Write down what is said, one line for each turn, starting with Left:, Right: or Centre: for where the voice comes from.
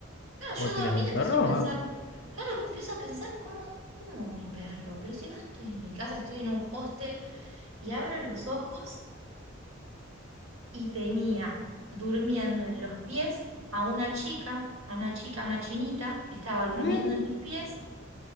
Right: claro, yo
Left: vos
Right: dormida
Left: tenías un
Right: empiezo
Left: perro?
Right: a pensar,
Left: Ah.
Right: Claro, que empiezo a pensar cómo, cómo mi perro, pero si no estoy en mi casa, estoy en un hostel y abro los ojos y tenía durmiendo en los pies a una chica, a una chica, a una chinita, que estaba durmiendo
Left: ¿Eh?
Right: en mis pies